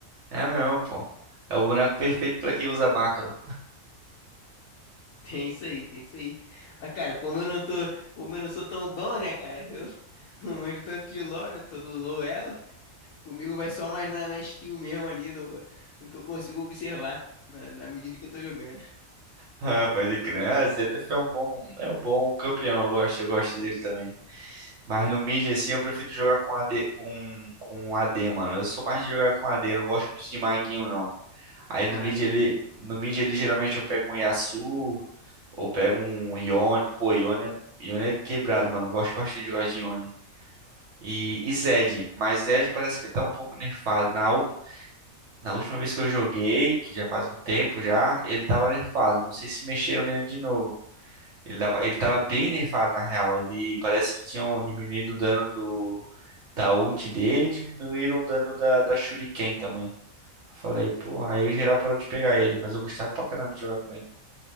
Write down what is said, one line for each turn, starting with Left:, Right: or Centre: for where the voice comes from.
Right: É mesmo, pô. É o boneco perfeito pra quem usa macro.
Left: <laughs> Tem isso aí, tem isso aí. Mas, cara, como eu não tô, como eu não sou tão bom, né, cara? Eu <laughs> não manjo tanto de LoL, né? Todo LoL é ela. Comigo vai só mais na, na skill mesmo ali, no, no que eu consigo observar, na, na medida que eu tô jogando.
Right: Ah, pode crer. Ah, Zverev é um bom, é um bom campeão. Eu gosto, eu gosto dele também. Mas no mid, assim, eu prefiro jogar com AD, com, com AD, mano. Eu sou mais de jogar com AD, eu não gosto muito de maguinho, não. Aí
Left: Ah,
Right: no mid,
Left: entendi.
Right: ele, no mid, ele geralmente eu pego um Yasuo, ou pego um Yone. Pô, Yone, é- Yone é quebrado, mano. Eu gosto bastante de jogar de Yone. E, e Zed, mas Zed parece que ele tá um pouco nerfado. Na, u- na última vez que eu joguei, que já faz um tempo já, ele tava nerfado. Não sei se mexeram nele de novo. Ele tava, ele tava bem nerfado, na real. Ele parece que tinham diminuído o dano do, da ult dele e diminuíram o dano da, da Shuriken também. Eu Falei, pô, aí o geral parou de pegar ele, mas eu gostava pra caramba de jogar com ele.